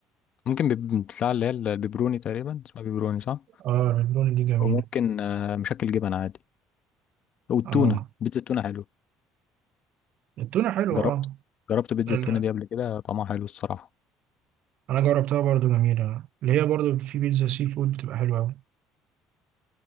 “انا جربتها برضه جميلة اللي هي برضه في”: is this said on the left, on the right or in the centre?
Right